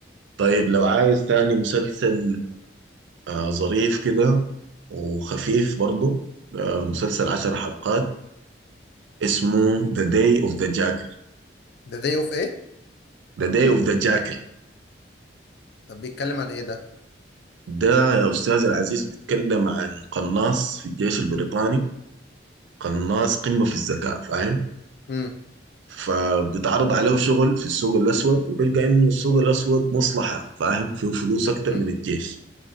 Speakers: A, on the right; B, on the left.
A: طيب لو عايز تاني مسلسل آه ظريف كده وخفيف برضه آه مسلسل 10 حلقات اسمه ذا داي اوف ذا جاكل
B: ذا داي اوف ايه
A: ذا داي اوف ذا جاكل
B: طب بيتكلم عن ايه ده
A: ده يا أستاذ العزيز بيتكلم عن قناص في الجيش البريطاني قناص قمة في الذكاء فاهم
B: امم
A: فبتعرض عليه شغل في السوق الأسود وبيلقى إنه السوق الأسود مصلحة فاهم فيه فلوس أكتر
B: امم
A: من الجيش